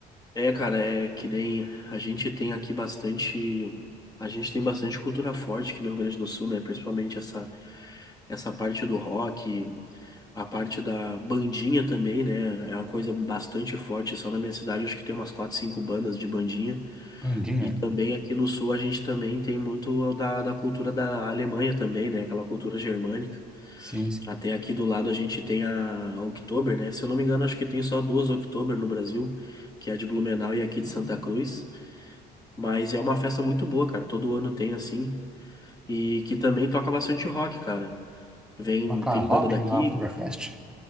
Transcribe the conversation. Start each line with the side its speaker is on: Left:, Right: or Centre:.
Left: É, cara, é que nem a gente tem aqui bastante, a gente tem bastante cultura forte aqui no Rio Grande do Sul, né? Principalmente essa essa parte do rock, a parte da bandinha também, né? É uma coisa bastante forte. Só na minha cidade acho que tem umas quatro, cinco bandas de bandinha.
Centre: Candinha?
Left: E também aqui no sul a gente também tem muito da, da cultura da Alemanha também, né? Aquela cultura germânica.
Centre: Sim, sim.
Left: Até aqui do lado a gente tem a Oktober, né? Se eu não me engano, acho que tem só duas Oktober no Brasil, que é a de Blumenau e aqui de Santa Cruz. Mas é uma festa muito boa, cara. Todo ano tem assim. E que também toca bastante rock, cara. Vem,
Centre: Toca
Left: tem
Centre: rock
Left: banda daqui.
Centre: na Oktoberfest?